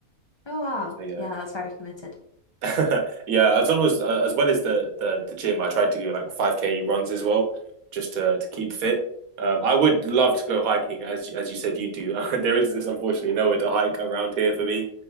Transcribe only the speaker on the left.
Oh wow.
Yeah, that's very committed.